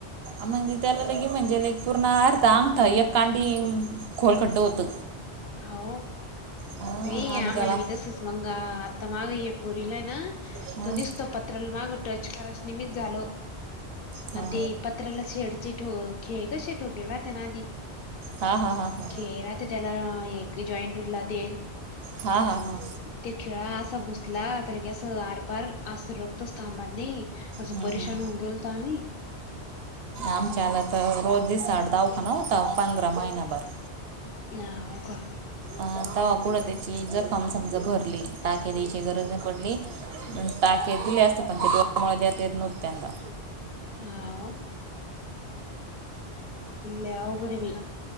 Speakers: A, on the right (about 70°); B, on the left (about 60°).
A: म्हणजे त्याला लगे म्हणजे ल पूर्ण अर्थ अंगठा एक कांडी खोल कडो उत
B: हो.
A: हा
B: वय
A: आम्ही
B: आमला
A: त्याला
B: विध सु मंग आता मायपरलं ना.
A: हा
B: तो निसतो पत्राला माग टचकारस निमित्त झालो
A: हा
B: आणि ते पत्राला शेडचे ठो खेळ क शे ठोकेळ राहातना आधी
A: हा हा हा हा.
B: हरा तर त्याला एक जॉईंडला देईल.
A: हां हां हां.
B: ते खेळा असा घुसला त की असं आरपार असं रक्त थांब नाही. असं
A: हम
B: परेशान
A: हम.
B: होऊन गेलतो आम्ही
A: आमच्याला तर रोज दिसाठ दाख नव्हता पंधरा महिना्याभर
B: ह हो का
A: अ त पुुढं त्याची जखम समजा भरली ताकी त्याची गरज नाही पडली टाके दिले असते पण ते डोळ्या तेत नत त्यांंदा
B: हाव ल होघडवी